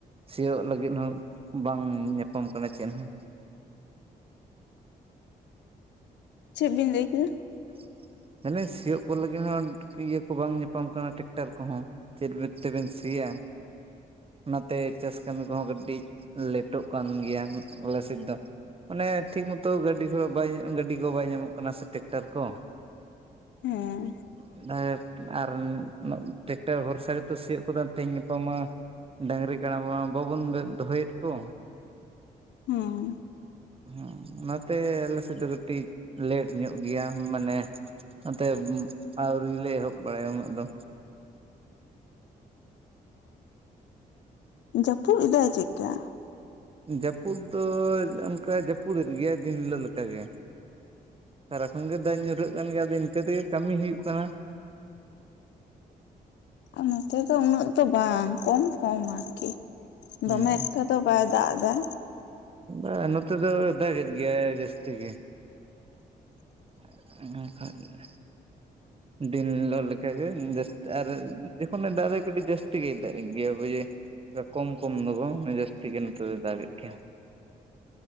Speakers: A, on the right (about 30°); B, on the left (about 80°).
A: ᱥᱤᱭᱳᱜ ᱞᱟᱹᱜᱤᱫ ᱦᱚ, ᱸ ᱵᱟᱝ ᱧᱟᱯᱟᱢ ᱠᱟᱱᱟ ᱪᱮᱫ ᱦᱚᱸ᱾
B: ᱪᱮᱫ ᱵᱤᱱ ᱞᱮᱭ ᱠᱮᱫᱟ᱾
A: <unintelligible> ᱥᱤᱭᱳᱜ ᱠᱚ ᱞᱟᱹᱜᱤᱫ ᱦᱚᱸ ᱤᱭᱟᱹ ᱠᱚ ᱵᱟᱝ ᱧᱟᱯᱟᱢ ᱠᱟᱱᱟ ᱴᱮᱠᱴᱟᱨ ᱠᱚᱦᱚᱸ ᱪᱮᱫ ᱵᱮᱱ ᱛᱮᱵᱮᱱ ᱥᱤᱭᱟ᱾ ᱱᱟᱛᱮ ᱪᱟᱥ ᱠᱟᱹᱢᱤ ᱠᱚᱦᱚᱸ ᱠᱟᱹᱴᱤᱡ ᱞᱮᱴᱚᱜ ᱠᱟᱱ ᱜᱮᱭᱟ ᱟᱞᱮ ᱥᱮᱫ ᱫᱚ᱾ ᱢᱟᱱᱮ ᱴᱷᱤᱠ ᱢᱚᱛᱚ ᱜᱟᱹᱰᱤ ᱜᱷᱚᱲᱟ ᱵᱟᱭ ᱜᱟᱹᱰᱤ ᱠᱚ ᱵᱟᱭ ᱧᱟᱢᱚᱜ ᱠᱟᱱᱟ ᱥᱮ ᱴᱮᱠᱴᱟᱨ ᱠᱚ। <unintelligible>
B: ᱦᱮᱸ
A: ᱟᱨ ᱟᱨ ᱴᱮᱠᱴᱟᱨ ᱵᱷᱚᱨᱥᱟ ᱜᱮᱛᱚ ᱥᱤᱭᱳᱜ ᱠᱟᱫᱚ ᱛᱮᱦᱮᱧ ᱜᱟᱯᱟ ᱢᱟᱼ ᱰᱟᱹᱝᱨᱤ ᱠᱟᱲᱟ ᱢᱟ ᱵᱟᱵᱚᱱ ᱫᱚᱦᱚᱭᱮᱫ ᱠᱚ᱾
B: ᱦᱮᱸ
A: ᱦᱮᱸ ᱚᱱᱟᱛᱮ ᱟᱞᱮᱥᱮᱫ ᱫᱚ ᱠᱟᱹᱴᱤᱡᱼ ᱞᱮᱴ ᱧᱚᱜ ᱜᱮᱭᱟ ᱢᱟᱱᱮ, ᱱᱚᱛᱮ ᱟᱹᱣᱨᱤ ᱞᱮ ᱮᱦᱚᱵ ᱵᱟᱲᱟᱭᱟ ᱩᱱᱟᱹᱜ ᱫᱚ᱾
B: ᱚ ᱡᱟᱹᱯᱩᱫ ᱫᱟᱭ ᱪᱮᱫᱠᱟ?
A: ᱡᱟᱹᱯᱩᱫ ᱫᱚ ᱚᱱᱠᱟ ᱡᱟᱹᱯᱩᱫᱮᱫ ᱜᱮᱭᱟ ᱫᱤᱱ ᱦᱤᱞᱳᱜ ᱞᱮᱠᱟ ᱜᱮ᱾ ᱥᱟᱨᱟᱠᱷᱚᱱ ᱜᱮ ᱫᱟᱜ ᱧᱩᱨᱦᱟᱹᱜ ᱠᱟᱱ ᱜᱮᱭᱟ ᱟᱫᱚ ᱤᱱᱠᱟᱹ ᱛᱮᱜᱮ ᱠᱟᱹᱢᱤ ᱦᱩᱭᱩᱜ ᱠᱟᱱᱟ᱾
B: ᱟᱨ ᱱᱚᱛᱮ ᱫᱚ ᱩᱱᱟᱹᱜ ᱫᱚ ᱵᱟᱝ ᱠᱚᱢ ᱠᱚᱢ ᱟᱨᱠᱤ
A: ᱦᱩᱸ
B: ᱫᱚᱢᱮ ᱮᱠᱴᱟᱼ ᱛᱚ ᱵᱟᱭ ᱫᱟᱜ ᱮᱫᱟ᱾
A: ᱵᱟᱝ ᱱᱚᱛᱮ ᱫᱚ ᱫᱟᱜᱮᱫ ᱜᱮᱭᱟᱭ ᱡᱟᱹᱥᱛᱤ ᱜᱮ᱾ <inaudible> ᱫᱤᱱ ᱦᱤᱞᱳᱜ ᱞᱮ ᱠᱟ ᱜᱮ ᱡᱟᱹᱥ ᱟᱨ ᱡᱚᱠᱷᱚᱱᱮ ᱫᱟᱜᱟᱭ ᱠᱟᱹᱴᱤᱡ ᱡᱟᱹᱥᱛᱤ ᱜᱮᱭᱟᱭ ᱫᱟᱜ ᱜᱮᱭᱟ ᱵᱩᱡᱷᱟᱹᱣ᱾ ᱠᱚᱢ ᱠᱚᱢ ᱫᱚ ᱵᱟᱝ ᱡᱟᱹᱥᱛᱤ ᱜᱮ ᱱᱚᱛᱮᱭ ᱫᱟᱜᱮᱜ ᱜᱮᱭᱟ᱾